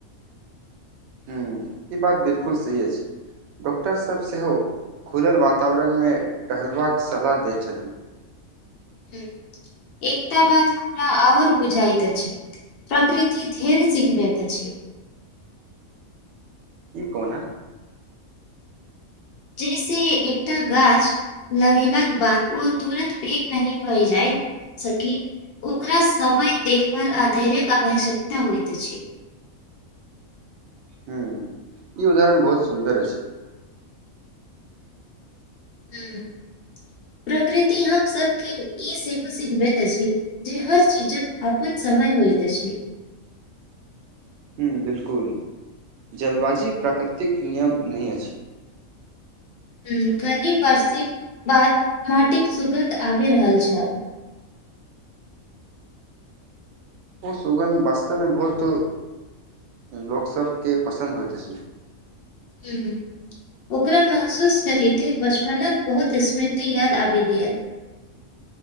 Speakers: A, on the right; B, on the left.
A: हूं ई बात बिल्कुल सही अछि डॉक्टर सब सेहो खुलल वातावरण संग मे टहलबाक सलाह देत छथि
B: हूँ एकटा बात हमरा आओर बुझाइत अछि प्राकृति धेर सीखबैत अछि
A: ई कोना
B: जै से एकटा गाछ लगेलाके बाद ओ तुरत पैघ नहि भए जायत सखी ओकरा समय देखभाल अधेरेका आवश्यकता होइत अछी
A: हुँ ई उदाहरण बहुत सुन्दर अछि
B: हूँ प्रकृति हम सबके ई सेहो सिखबैत अछि जे हर चीजक अपन समय होइत अछि
A: हूँ बिल्कुल। जल्दबाजी प्राकृतिक नियम नहि अछि
B: हूँ काल्ही वारषिक बाद माटिक सुगन्ध आबि रहल छल
A: ओ सुगन्ध वास्तवमे बहुत लोक - सबके पसन्द होइत अछि
B: हूँ हूँ ओकरा महसूस करे ते बचपनक बहुत स्मृति याद आबि गेल